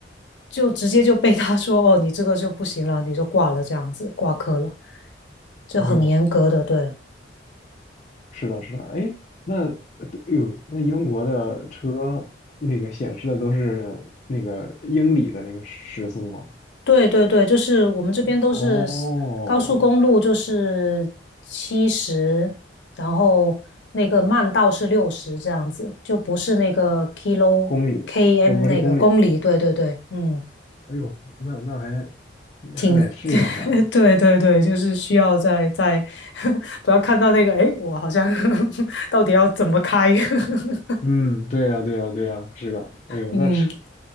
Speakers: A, on the left; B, on the left.
A: 就直接就被他说哦，你这个就不行了，你就挂了这样子，挂科了，就很严格的，
B: 哎呦，
A: 对。
B: 是的，是的，哎，那呃对哎呦，那英国的车那个显示的都是那个英里的那个时速吗？
A: 对对对，就是我们这边都是
B: 哦，
A: s- 高速公路，就是七十，然后那个慢道是六十这样子，就不是那个 kilo
B: 公里的都不是公里，
A: km 那个公里。对对对，嗯，
B: 哎呦，那那还
A: 挺
B: 还得适应一下呢。
A: <laughs> 对对对，就是需要在在 <laughs> 不要看到那个，诶，我好像 <laughs> 到底要怎么开？<laughs>
B: 嗯，对呀，对呀，对呀，是的，哎呦，
A: 嗯
B: 那车